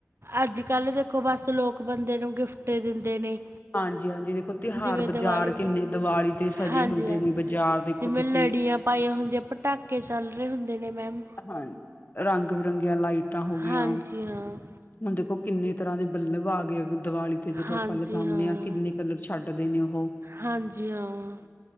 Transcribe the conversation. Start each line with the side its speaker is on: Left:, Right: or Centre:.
Right: ਅੱਜ-ਕੱਲ੍ਹ ਦੇਖੋ ਬਸ ਲੋਕ ਬੰਦੇ ਨੂੰ ਗਿਫਟ ਦਿੰਦੇ ਨੇ।
Left: ਹਾਂਜੀ ਹਾਂਜੀ। ਦੇਖੋ ਤਿਉਹਾਰ
Right: ਜਿਵੇਂ
Left: ਬਾਜ਼ਾਰ
Right: ਦੀਵਾਲੀ
Left: ਕਿੰਨੇ
Right: 'ਤੇ
Left: ਦੀਵਾਲੀ ਤੇ ਸਜੇ
Right: ਹਾਂਜੀ
Left: ਹੁੰਦੇ
Right: ਹਾਂ
Left: ਨੇ ਬਾਜ਼ਾਰ ਦੇਖੋ
Right: ਜਿਵੇਂ
Left: ਤੁਸੀਂ।
Right: ਲੜੀਆਂ ਪਾਈਆਂ ਹੁੰਦੀਆਂ। ਪਟਾਕੇ ਚੱਲ ਰਹੇ ਹੁੰਦੇ ਨੇ ਮੈਮ।
Left: ਹਾਂਜੀ ਰੰਗ-ਬਿਰੰਗੀਆਂ ਲਾਈਟਾਂ ਹੋ ਗਈਆਂ।
Right: ਹਾਂਜੀ ਹਾਂ
Left: ਹੁਣ ਦੇਖੋ ਕਿੰਨੇ ਤਰ੍ਹਾਂ ਦੇ ਬੱਲਬ ਆ ਗਏ। ਦੀਵਾਲੀ ਤੇ ਜਦੋਂ
Right: ਹਾਂਜੀ
Left: ਆਪਾਂ ਲਗਾਣੇ
Right: ਹਾਂ
Left: ਆ ਕਿੰਨੇ ਕਲਰ ਛੱਡਦੇ ਨੇ ਉਹੋ।
Right: ਹਾਂਜੀ ਹਾਂ।